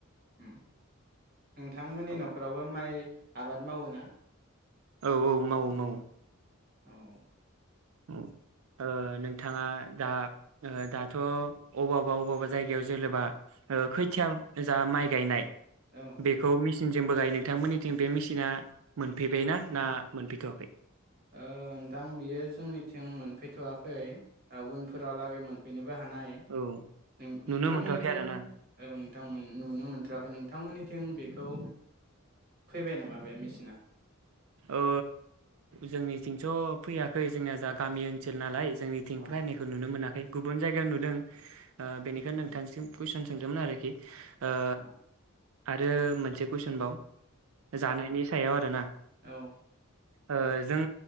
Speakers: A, on the right (about 45°); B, on the right (about 75°).
A: नोंथांमोननि
B: औ
A: नखरावबो माइ आबाद मावो ना
B: औ औ मावो मावो
A: औ
B: ओ नोंथाङा दा दाथ अबावबा अबावबा जायगायाव जेनेबा खोथिया जा माइ गायनाय
A: औ
B: बेखौ मि मेचिनजोंबो गायो नोंथांमोननिथिं बे मेसिना मोनफैबाय ना मोनफैथवाखै
A: ओ नोंथां बियो जोंनिथिं मोनफैथवाखै उनफोरावलागै मोनफैनो हानाय
B: औ
A: नों
B: नुनो
A: नोंथांमोनथिं
B: मोनथ'वाखै आरो ना
A: ओ नोंथां नुनो मोनथयाखै नोंथांमोननिथिं बेखौ फैबाय नामा बे मेसिना
B: औ जोंनिथिंथ फैयाखै जोंनिया जा गामि ओनसोल नालाय जोंनिथिं
A: औ
B: फायनायखौ नुनो मोना खै गुबुन जायगायाव नुदों बेनिखायनो ओ नोंथांनिसिम कुइसन सोंदोंमोन आरोखि ओ
A: औ
B: आरो मोनसे कुइसनबाव जानायनि सायाव आरो ना
A: औ
B: ओ जों